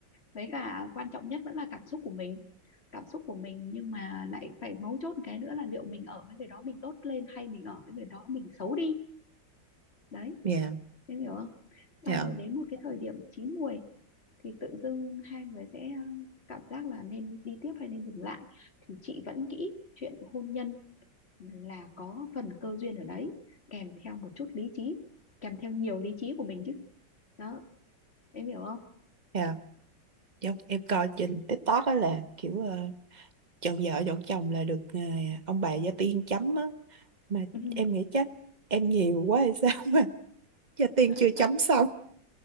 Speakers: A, on the left; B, on the right.
A: với cả quan trọng nhất vẫn là cảm xúc của mình cảm xúc của mình nhưng mà lại phải mấu chốt một cái nữa là liệu mình ở với người đó mình tốt lên hay mình ở với người đó mình xấu đi đấy
B: yeah
A: em hiểu không xong
B: yeah
A: rồi đến một cái thời điểm chín muồi thì tự dưng hai người sẽ ờ, cảm giác là nên đi tiếp hay nên dừng lại thì chị vẫn nghĩ chuyện hôn nhân là có phần cơ duyên ở đấy kèm theo một chút lý trí kèm theo nhiều lý trí của mình chứ đó em hiểu không
B: yeah giống em coi trên TikTok á là kiểu ờ, chọn vợ chọn chồng là được ờ, ông bà gia tiên chấm á mà
A: ừ.
B: em nghĩ chắc em nhiều quá hay sao mà <laughs> gia tiên
A: <laughs>
B: chưa chấm xong